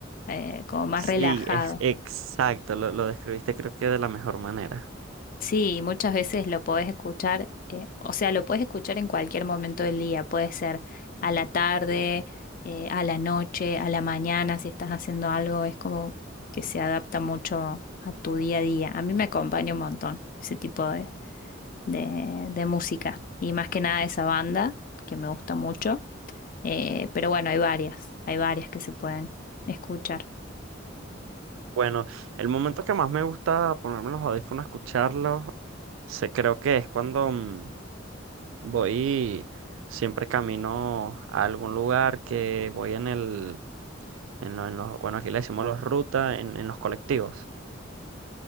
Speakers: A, on the left; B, on the right.
A: eh, como más
B: Sí,
A: relajado.
B: es exacto. Lo, lo describiste creo que de la mejor manera.
A: Sí, muchas veces lo podés escuchar, eh, o sea, lo podés escuchar en cualquier momento del día, puede ser a la tarde, eh, a la noche, a la mañana, si estás haciendo algo, es como que se adapta mucho a tu día a día. A mí me acompaña un montón ese tipo de... de, de música y más que nada esa banda que me gusta mucho. Eh, pero bueno, hay varias, hay varias que se pueden escuchar.
B: Bueno, el momento que más me gusta ponerme los audífonos, escucharlos, se creo que es cuando mm, voy, siempre camino a algún lugar que voy en el, en lo- en los, bueno, aquí le decimos los rutas, en, en los colectivos.